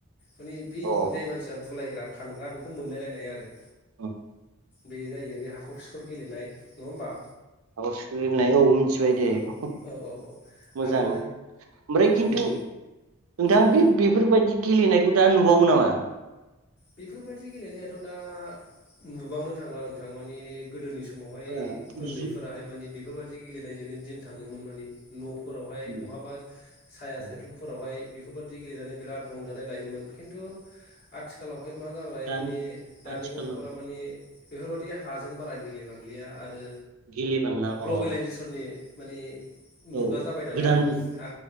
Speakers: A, on the left (about 50°); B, on the right (about 75°).
A: माने बे
B: अ
A: जाय मानसिया बुलायग्रा खानग्रा मोनलायलायनाय आरो।
B: <unintelligible>
A: बे जायो बे हाखर-सिखर गेलेनाय नङा होमबा?
B: हाखर-खिखर गेलेनाय औ उम मिथिबाय दे
A: औ
B: बेखौ
A: औ औ औ
B: मोजां
A: आरो
B: ओमफ्राय खिन्थु
A: उम
B: नोंथां
A: औ
B: बे बेफोरबायदि गेलेनायखौ दा नुबावो नामा?
A: बेफोरबायाददि गेलेनायाथ' दा नुबांनो थांला नोंथां माने गोदोनि सम समावहाय
B: ओ
A: उन्दैफोराहाय
B: जु
A: माने बेफोरबायाददि गेलेनायजोंनो दिन थाङोमोन माने न' फोरावहाय
B: उम
A: बहाबा साया
B: औ
A: सायख्लुमफोरावहाय बेफोरबादि गेलेनानै बिराद रंजानाय लायोमोन खिन्थु आ थिखालावहाय मा जाबाय
B: दा
A: माने दानि
B: आथिखालाव
A: गथ'फोरा माने बेफोरबादि हाजों बारा गेलेबांलिया आरो
B: गेले बांला
A: ग्लबेलाइजेसननि
B: अ'
A: माने मुगा
B: औ
A: जाबाय नालाय
B: गोदान
A: आ